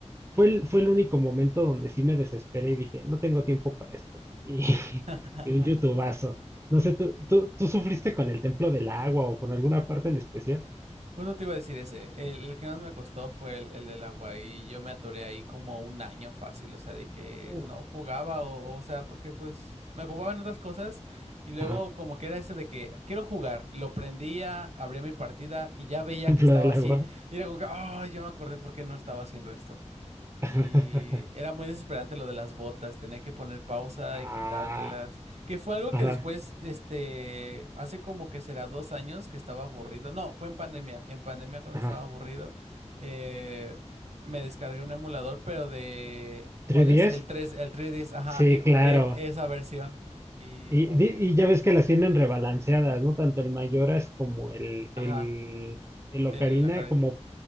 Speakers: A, on the right; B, on the right.
A: Fue el, fue el único momento donde sí me desesperé y dije, no tengo tiempo para esto. Y, <laughs>
B: <laughs>
A: y un youtubazo. No sé, ¿tú, tú, tú sufriste con el Templo del Agua o con alguna parte en especial?
B: Justo te iba a decir ese. El, el que más me costó fue el, el del agua y yo me atoré ahí como un año fácil, o sea, de que
A: Uh,
B: no jugaba o, o sea, porque pues me ocupaba en otras cosas y luego
A: Ajá,
B: como que era ese de que quiero jugar, lo prendía, abría mi partida y ya
A: <laughs>
B: veía
A: Templo
B: que estaba
A: del
B: así
A: Agua.
B: y era como que, oh, ya me acordé por qué no estaba haciendo esto.
A: <laughs>
B: Y era muy desesperante lo de las botas, tenía que poner pausa
A: Ah,
B: y quitártelas, que fue algo
A: ajá,
B: que después, este, hace como que será dos años que estaba aburrido, no, fue en pandemia, en pandemia cuando
A: ajá.
B: estaba aburrido, eh, me descargué un emulador, pero de,
A: ¿310?
B: ¿cuál es? El tres el 3DS, ajá,
A: Sí,
B: y jugué
A: claro.
B: esa versión, y
A: Y,
B: es como
A: di-
B: que, ah,
A: y ya ves que las tienen rebalanceadas, ¿no? Tanto el Mayoras como el,
B: ajá,
A: el, el Ocarina,
B: el, la
A: como,